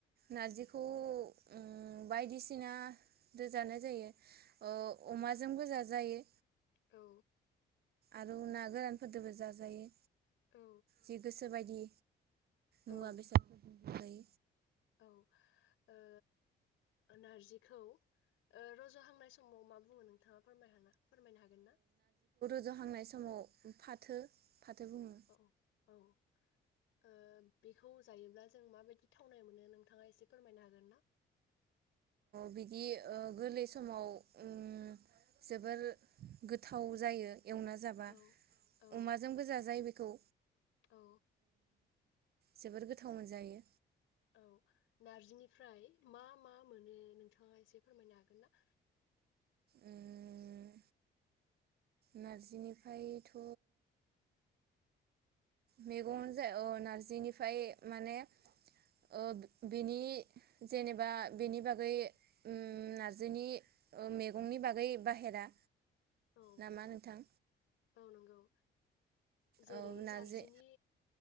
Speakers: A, on the right; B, on the left.
A: नारजिखौ ओम बायदिसि सिना दो जानाय जायो। औ अमाजोंबो जाजा जायो।
B: औ।
A: आरो ना गोरानफोरजोंबो जाजायो।
B: औ
A: जि गोसो बायदि
B: औ
A: मुवा बेसादफोर जायो।
B: औ ओ नारजिखौ ओ- रज'हांनाय समाव मा बुङो नोंथाङा फोरमायहा फोरमायनो हागोन ना?
A: जहांनाय समाव फाथो। फाथो बुङो
B: औ औ। ओ- बेखौ जायोब्ला जों माबायदि थावनाय मोनो नोंथाङा एसे फोरमायनो हागोन ना?।
A: बिदि ओ- गोरलै समाव ओम जोबोर गोथाव जायो। एवना जाबा
B: औ औ
A: अमाजोंबो जाजायो बे खौ।
B: औ।
A: जोबोर गोथाव मोनजायो।
B: औ नारजिनिफ्राय मा मा मोनो नोंथाङा एसे फोरमायनो हागोन ना?
A: ओम नारजिनिफ्रायथ' मैगं जाय अ-नार्जिनिफ्राय माने ओ-बेनि जेनेबा बेनि बागै ओम नारजिनि ओ- मैगंनि बागै बाहेरा।
B: औ
A: नामा नोंथां?
B: औ नंगौ जेरै
A: औ नारजि
B: नारजिनि।